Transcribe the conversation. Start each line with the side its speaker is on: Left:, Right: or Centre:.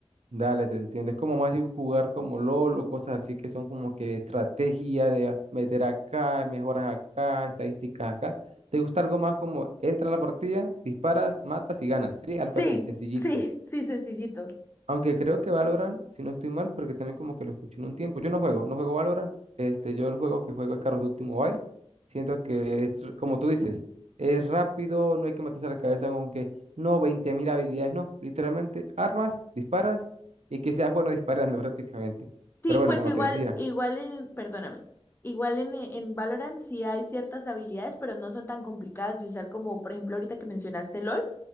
Right: Dale, te entiendo. Es como más de jugar como LOL o cosas así que son como que estrategia de a- meter acá, mejoras acá, estadísticas acá. ¿Te gusta algo más como entra a la partida, disparas, matas y ganas? Sí, algo
Left: Sí,
Right: así, sencillito.
Left: sí, sí, sencillito.
Right: Aunque creo que Valorant, si no estoy mal, porque también como que lo escuché en un tiempo. Yo no juego, no juego Valorant. Este, yo el juego que juego es Call of Duty Mobile. Siento que es, r- como tú dices, es rápido, no hay que matarse la cabeza con que no, veinte mil habilidades, no. Literalmente, armas, disparas y que seas bueno disparando <laughs> prácticamente.
Left: Sí,
Right: Pero bueno,
Left: pues
Right: como
Left: igual,
Right: te decía,
Left: igual en, perdóname, igual en, en Valorant sí hay ciertas habilidades, pero no son tan complicadas de usar como, por ejemplo, ahorita que mencionaste LOL,